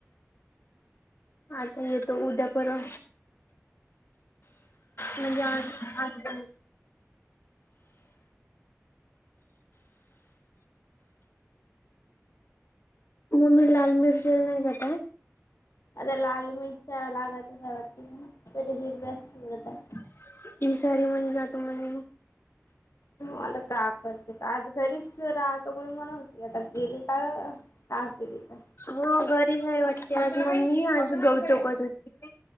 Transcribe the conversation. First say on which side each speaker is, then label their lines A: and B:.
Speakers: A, on the left; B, on the left.
A: आता येतो उद्या-परवा. म्हणजे आज-आज. मम्मी लाल मिरची नाही जातयं.
B: आता लाल मिरच्या लागत वाटते बरं, हिरव्याचं तोडत आहे.
A: <unintelligible>
B: मला का कळते का, आज घरीच राहतो म्हणून म्हणत होते. मी आता गेली का? तास गेली का?
A: हो, घरीच आहे वाटते. आज ममी आज गऊ चोखे धुते.